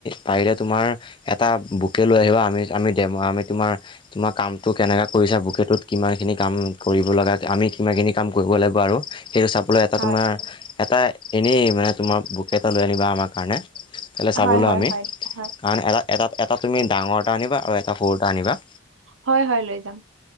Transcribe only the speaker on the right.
হয়
হয় হয়
হয় হয়
হয় হয় লৈ যাম।